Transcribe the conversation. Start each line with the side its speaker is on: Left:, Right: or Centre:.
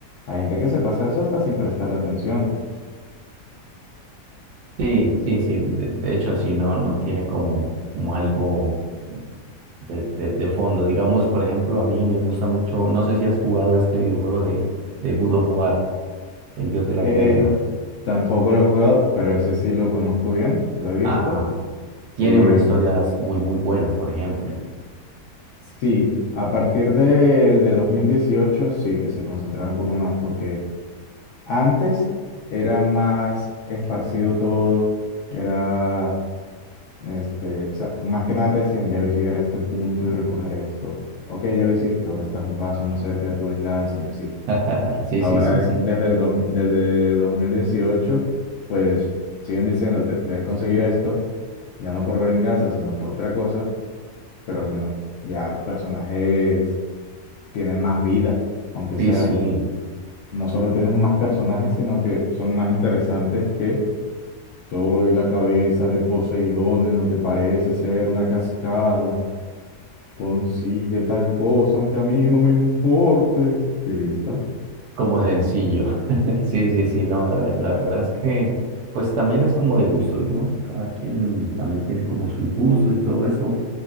Left: hay gente que se pasa eso hasta sin prestarle atención.
Right: sí, sí, sí, de, de hecho, sí, no, no tiene como, como algo de, de, de fondo. Digamos, por ejemplo, a mí me gusta mucho, no sé si has jugado este videojuego de, de God of War, el dios de la
Left: Eh,
Right: guerra.
Left: tampoco lo he jugado, pero ese sí lo conozco bien, lo he visto.
Right: Ajá. Tiene
Left: Eh,
Right: unas historias muy, muy buenas, por ejemplo.
Left: sí, a partir del de 2018 sí que se concentraron un poco más porque Antes era más esparcido todo, era, este, o sea, más que nada te decían, debes llegar a este punto y recoger esto. Ok, ya lo hiciste, ahora estás un paso más cerca de tu venganza y así.
Right: <laughs> Sí,
Left: Ahora,
Right: sí, sí, sí.
Left: desde el dos- desde 2018 pues siguen diciéndote, debes conseguir esto, ya no por venganza, sino por otra cosa, pero al menos ya los personajes tienen más vida, aunque
Right: Sí,
Left: sea.
Right: sí,
Left: No solo tienes más personajes, sino que son más interesantes que Soy la cabeza de Poseidón en lo que parece ser una cascada. Consigue tal cosa, aunque a mí no me importe. Y listo.
Right: como sencillo. <laughs> Sí, sí, sí, no, la, ver- la verdad es que, pues también es como de gustos, ¿no? Cada quien también tiene como sus gustos y todo eso,